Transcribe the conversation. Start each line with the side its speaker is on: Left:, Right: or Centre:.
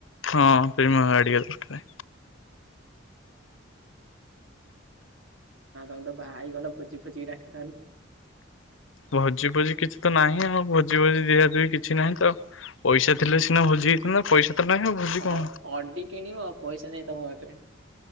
Left: ହଁ ପମ ଗାଡ଼ିଆ ଦରକାର
Right: ହ ତମେ ତ ବାହା ହେଇଗଲ ଫୋଜି ଫୋଜିିକି ଡକିଲନି
Left: ଭୋଜି ଭୋଜି କିଛି ତ ନାହିଁ ଆଉ ଭୋଜି ଭୋଜି ଦିଆ ଦୁ କିଛି ନାହିଁ ତ ଆଉ ପଇସା ଥିଲେ ସିନା ହଜି ନା ପଇସା ତ ନାହିଁ ଆଉ ଭୋଜି କଣ
Right: ଅ ଅଡି କିଣିବ ଆଉ ପଇସା ନାହିଁ ତମ ହାତରେ